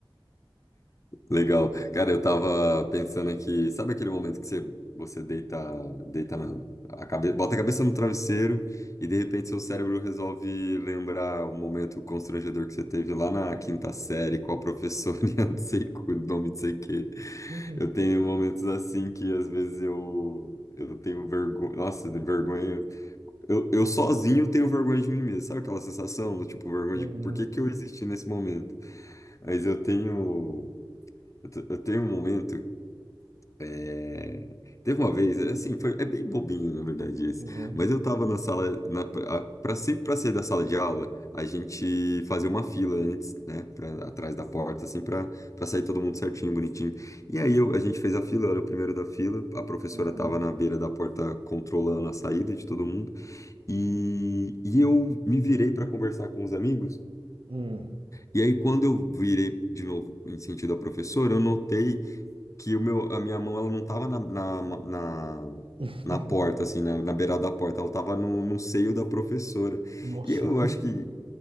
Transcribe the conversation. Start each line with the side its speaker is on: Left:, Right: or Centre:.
Left: Legal. Cara, eu tava pensando aqui, sabe aquele momento que você, você deita, deita na, a cabe, bota a cabeça no travesseiro e de repente seu cérebro resolve lembrar um momento constrangedor que você teve lá na quinta série com a professora, <laughs> e eu não sei o nome, não sei o quê.
Right: Uhum,
Left: Eu tenho momentos assim que às vezes eu, eu tenho vergonha, nossa, de vergonha. Eu, eu sozinho tenho vergonha de mim mesmo. Sabe aquela sensação do tipo vergonha
Right: uhum,
Left: de por que que eu existi nesse momento? Mas eu tenho. Eu te- eu tenho um momento. é, Teve uma vez, assim, foi... é bem bobinho, na verdade, esse.
Right: uhum,
Left: Mas eu tava na sala. Na... a- Pra... Sempre pra sair da sala de aula, a gente fazia uma fila antes, né? Pra... Atrás da porta, assim, pra... pra sair todo mundo certinho, bonitinho. E aí eu... a gente fez a fila, eu era o primeiro da fila. A professora
Right: uhum,
Left: tava na beira da porta controlando a saída de todo mundo. E, e eu me virei pra conversar com os amigos.
Right: Hum.
Left: E aí, quando eu virei de novo em sentido ao professor, eu notei que o meu, a minha mão ela não estava na, na, na,
Right: <laughs>
Left: na porta, assim, na, na beirada da porta, ela estava no, no seio da professora.
Right: Nossa,
Left: E eu acho que,